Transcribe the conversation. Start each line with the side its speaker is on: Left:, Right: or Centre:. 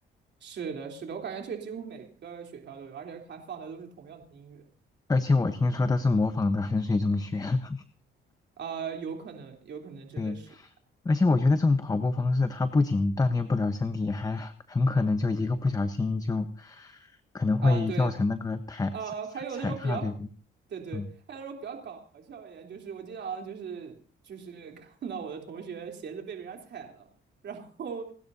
Right: 是的，是的，我感觉这几乎每个学校都有，而且还放的都是同样的音乐
Left: 而且我听说都是模仿的衡水中学。<laughs>
Right: 啊，有可能，有可能真的是
Left: 对，而且我觉得这种跑步方式，它不仅锻炼不了身体，还很可能就一个不小心就可能会造成那个踩踩踩踏，
Right: 啊，对，呃，还有那种比较，
Left: 对不？
Right: 对对，
Left: 嗯，
Right: 还有那种比较搞笑一点，就是我经常就是就是看到我的同学鞋子被别人家踩了，然后